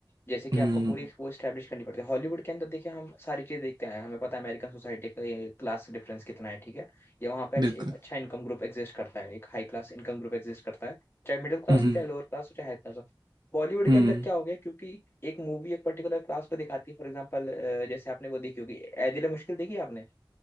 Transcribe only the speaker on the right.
हम्म
बिल्कुल
हम्म
हम्म